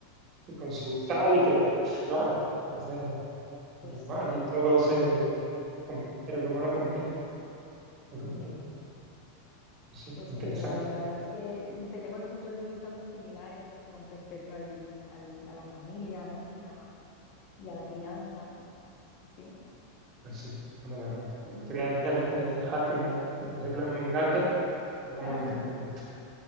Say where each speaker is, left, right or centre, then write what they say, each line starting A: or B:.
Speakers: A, on the right; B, on the left.
A: y con su tal, y que, claro, entonces,
B: Pues
A: normal,
B: sí,
A: y todo ese com- cerebro humano es complejo, muy complejo.
B: ya.
A: Pues Sí,
B: Pues
A: interesante.
B: sí, Raúl, la verdad es que mm, tenemos puntos de vista muy similares con respecto al, al- a la familia, ¿no? Y a, y a la crianza. Así que,
A: Pues sí, estamos de acuerdo. Bueno,
B: mm.
A: te voy a tener que dejar que me, me reclama mi gata. Hablamos
B: <laughs>
A: en otro momento.